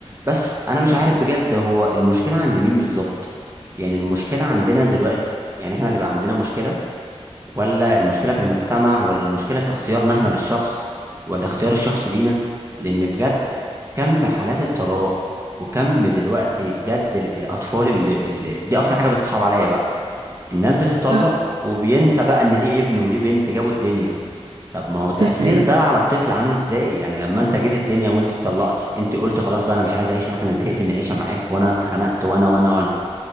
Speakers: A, on the right; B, on the right.
A: بس انا مش عارف بجد هو المشكله عند مين بالظبط يعني المشكله عندنا دلوقتي يعني احنا اللي بقى عندنا مشكله ولا المشكله في المجتمع ولا المشكله في اختيارنا احنا للشخص ولا اختيار الشخص لينا لان بجد كم حالات الطلاق وكم دلوقتي بجد ال- الاطفال اللي, اللي دي اكتر حاجه بتصعب عليا بقى الناس بتتطلق
B: صح
A: وبينسى بقى ان ليه ابن وليه بنت جابوا الدنيا طب ما هو تأثير
B: دي حقيقة
A: ده على الطفل عامل ازاي يعني لما انت جيت الدنيا وانت اتطلقتي انت قلت خلاص بقى انا مش عايز اعيش معاك انا زهقت من العيشه معاك وانا اتخنقت وانا وانا وانا